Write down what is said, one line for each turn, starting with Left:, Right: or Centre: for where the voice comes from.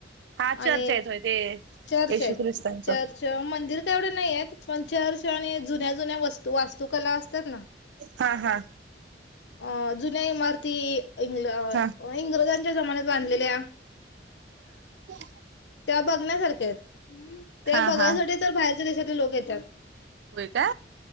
Right: हा चर्च
Left: आणि
Right: आहेत होय ते
Left: चर्च
Right: येशू
Left: आहेत
Right: ख्रिस्तांचं
Left: चर्च मंदिर कावढे नाही आहेत पण चर्च आणि जुन्या जुन्या वस्तू तू वास्तुकला असतात ना.
Right: हा हा
Left: <inaudible> जुन्या इमारती इ
Right: हा
Left: इंग्रजांच्या जमान्यात बांधलेल्या.
Right: <inaudible> <inaudible>
Left: तेव्हा बघण्यासारख्या आहेत. ते
Right: हा
Left: बघायसाठी
Right: हा
Left: तर बाहेर विदेशातले लोक येतात.
Right: होय का